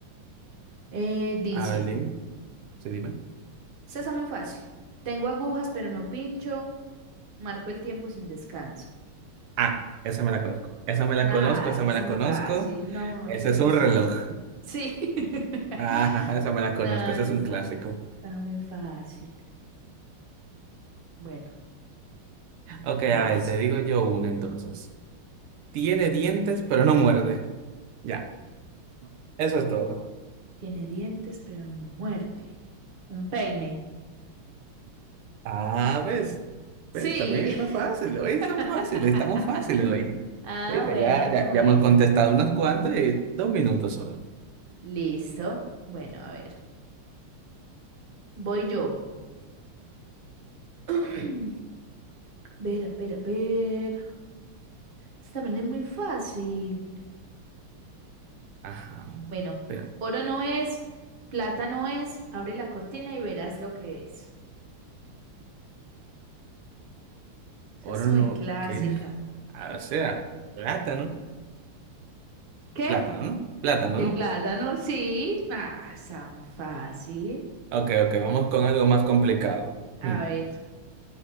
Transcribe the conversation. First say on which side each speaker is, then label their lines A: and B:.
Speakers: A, on the right (about 30°); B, on the right (about 80°).
A: Eh, dice,
B: A ver, dime. Sí, dime.
A: esta está muy fácil. Tengo agujas pero no pincho, marco el tiempo sin descanso.
B: Ah, esa me la conozco. Esa me la
A: Nada,
B: conozco, esa
A: esa
B: me
A: está
B: la
A: muy
B: conozco.
A: fácil. No, no no
B: Ese
A: te hubiera
B: es
A: puesto
B: un reloj.
A: eso. Sí. <laughs>
B: Ah, <laughs> esa me la
A: Nada,
B: conozco, ese
A: esa
B: es un
A: está,
B: clásico.
A: está muy fácil. Bueno,
B: Ok, a
A: vas.
B: ver, te digo yo una entonces. Tiene dientes, pero no muerde. Ya, eso es todo.
A: Tiene dientes pero no muerde. Un peine.
B: Ah, ¿ves? ¿Ves?
A: Sí.
B: También está fácil. Hoy es
A: <laughs>
B: tan fácil, estamos fáciles hoy.
A: Ah,
B: Mira,
A: bueno,
B: ya, ya,
A: bueno.
B: ya hemos contestado unas cuantas y dos minutos solo.
A: Listo. Bueno, a ver. Voy yo. <clears throat> Ver, a ver, a ver. Esta también es muy fácil.
B: Ajá.
A: Bueno,
B: Pero,
A: oro no es, plata no es. Abre la cortina y verás lo que es. Esa
B: ahora
A: es
B: no,
A: muy clásica.
B: ¿qué? Ah, O sea, plátano.
A: ¿Qué?
B: Plátano, ¿no? Plátano,
A: ¿El
B: ¿no?
A: plátano? Sí. Ah, está muy fácil.
B: Ok, ok, vamos con algo más complicado.
A: A
B: Hmm.
A: ver,